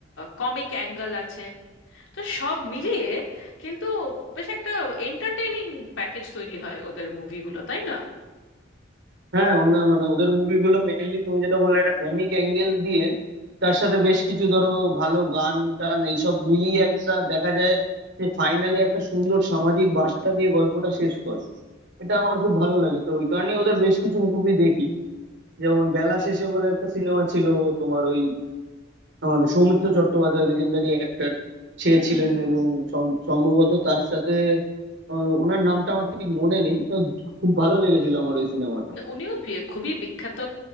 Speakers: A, on the left; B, on the right.
A: কমিক অ্যাঙ্গেল আছে তো সব মিলিয়ে কিন্তু বেশ একটা এন্টারটেইনিং প্যাকেজ তৈরি হয় ওদের মুভিগুলো তাই না
B: হ্যাঁ ওনা মানে ওদের মুভিগুলো মেইনলি তুমি যেটা বললে একটা কমিক অ্যাঙ্গেল দিয়ে তার সাথে বেশ কিছু ধরো ভালো গান টান এইসব মিলিয়ে একটা দেখা যায় যে ফাইনালি একটা সুন্দর সামাজিক বার্তা দিয়ে গল্পটা শেষ করে এটা আমার খুব ভালো লাগে তো ওই কারণেই ওদের বেশ কিছু মুভি দেখি যেমন বেলা শেষে বলে একটা সিনেমা ছিল তোমার ওই আমাদের সৌমিত্র চট্টোপাধ্যায় লেজেন্ডারি অ্যাক্টর সে
A: হুম
B: ছিলেন এবং সম- সম্ভবত তার সাথে আহ, ওনার নামটা আমার ঠিক মনে নেই তো খুব ভালো লেগেছিল আমার ওই সিনেমাটা
A: উনিও বি- খুবই বিখ্যাত